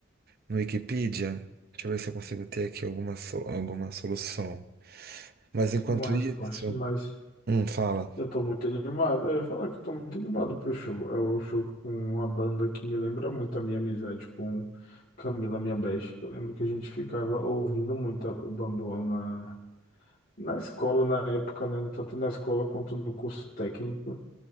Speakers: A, on the right; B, on the left.
A: no Wikipedia. Deixa eu ver se eu consigo ter aqui alguma, so- alguma solução. Mas enquanto
B: uma resposta,
A: isso,
B: mas
A: hum, fala.
B: eu tô muito animado. Eu ia falar que eu tô muito animado pro show. É o show com uma banda que me lembra muito a minha amizade com Camila, minha best. Eu lembro que a gente ficava ouvindo muita Bamboa na, na escola na época, né? Tanto na escola quanto no curso técnico.